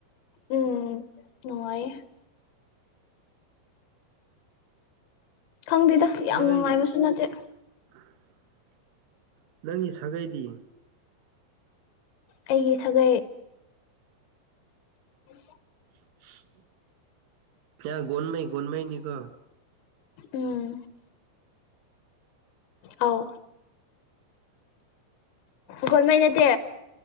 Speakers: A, on the left; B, on the right.
A: ꯎꯝ ꯅꯨꯡꯉꯥꯏ ꯑꯦ ꯈꯪꯗꯦꯗ ꯌꯥꯝ
B: ꯅꯣꯏ
A: ꯅꯨꯡꯉꯥꯏꯕꯁꯨ ꯅꯠꯇꯦ
B: <inaudible> ꯅꯪꯒꯤ ꯁꯥꯒꯩꯗꯤ
A: ꯑꯩꯒꯤ ꯁꯥꯒꯩ <inaudible>
B: <inaudible> <unintelligible> ꯒꯣꯟꯃꯩ ꯒꯣꯟꯃꯩ ꯅꯤꯀꯣ
A: ꯎꯝ ꯑꯥꯎ ꯒꯣꯟꯃꯩ ꯅꯠꯇꯦ